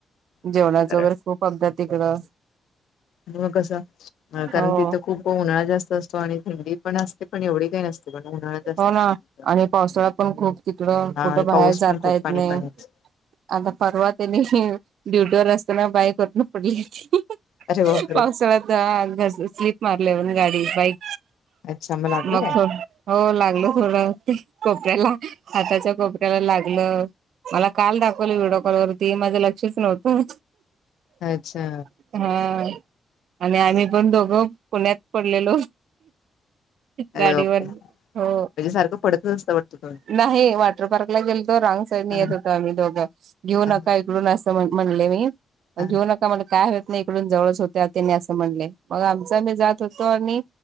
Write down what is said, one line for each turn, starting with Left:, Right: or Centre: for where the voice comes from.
Right: जेवणाच
Left: हा कारण
Right: वगैरे खूप अपदात तिकडं
Left: मग कसं कारण
Right: हो
Left: तिथं खूप उन्हाळा जास्त असतो आणि थंडी पण असते पण एवढी काही नसते पण उन्हाळा जास्त.
Right: हो ना
Left: असतो. तिथं.
Right: आणि पावसाळा पण खूप तिकड
Left: हा
Right: कुठं
Left: आणि
Right: बाहेर
Left: पाऊस
Right: जाता
Left: पण खूप
Right: येत
Left: पाणी
Right: नाही.
Left: पाणीच
Right: आता परवा त्यांदिवशी ड्युटी वर असताना बाईक वरना पडली होती.
Left: अरे बापरे
Right: पावसाळ्यात हा घस स्लीप मारल वर गाडी बाईक
Left: अच्छा लागलं
Right: मग
Left: काय?
Right: फग हो लागलं थोडं कोपऱ्याला हाताच्या कोपऱ्याला लागलं. मला काल दाखवल व्हिडिओ कॉल वरती माझं लक्षच नव्हतं.
Left: अच्छा
Right: हा आणि आम्ही पण दोघं पुण्यात पडलेलो.
Left: अरे
Right: गाडीवर
Left: बापरे
Right: हो
Left: म्हणजे सारखं पडतच असतं वाटतं तुम्ही
Right: नाही वॉटर पार्कला गेलतो रॉंग साईडनी
Left: हा
Right: येत होतो आम्ही दोघं घेऊ नका
Left: हा हा.
Right: इडून असं म म्हणले मी अ
Left: हा.
Right: घेऊ नका म्हण काय होत नाय इकडून जवळच होत्यात त्यांनी असं म्हणलय मग आमचा आमी जात होतो आणि